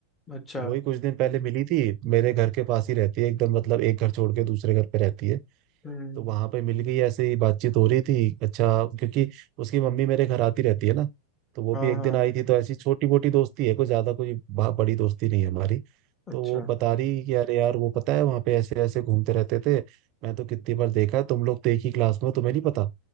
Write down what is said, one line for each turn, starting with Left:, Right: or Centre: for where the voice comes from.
Left: अच्छा
Right: तो वही कुछ दिन पहले मिली थी मेरे घर के पास ही रहती है एकदम मतलब एक घर छोड़ के दूसरे घर पे रहती है
Left: हम्म
Right: तो वहां पे मिल गई ऐसे ही बातचीत हो रही थी अच्छा क्योंकि उसकी मम्मी मेरे घर आती रहती है ना तो वो
Left: हाँ
Right: भी एक
Left: हाँ
Right: दिन आई थी तो ऐसी छोटी मोटी दोस्ती है कोई ज्यादा कोई बा- बड़ी दोस्ती नहीं है हमारी
Left: अच्छा
Right: तो वो बता रही कि अरे यार वो पता है वहां पे ऐसे ऐसे घूमते रहते थे मैं तो कितनी बार देखा है तुम लोग तो एक ही क्लास में हो, तुम्हें नहीं पता